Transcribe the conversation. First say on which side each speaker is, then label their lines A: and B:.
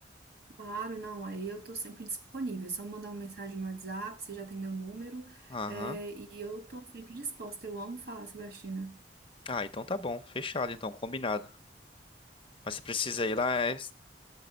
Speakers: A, on the right; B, on the left.
A: Claro, não, aí eu tô sempre disponível. É só mandar uma mensagem no WhatsApp, você já tem meu número,
B: Aham.
A: é, e eu tô sempre disposta. Eu amo falar sobre a China.
B: Ah, então tá bom. Fechado, então, combinado. Mas se precisa ir lá, é.